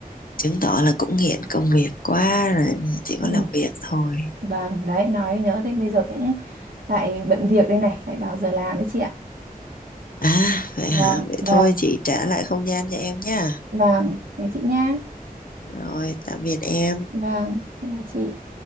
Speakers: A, on the left (about 65°); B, on the right (about 70°).
A: chứng tỏ là cũng nghiện công việc quá rồi chỉ
B: ừ.
A: có làm việc thôi
B: vâng đấy nói nhớ thế bây giờ cũng lại bận việc đây này lại vào giờ làm đấy chị ạ
A: à vậy
B: vâng
A: hả vậy
B: vâng
A: thôi chị trả lại không gian cho em nha
B: vâng thế chị nha
A: rồi tạm biệt em
B: vâng bye bye chị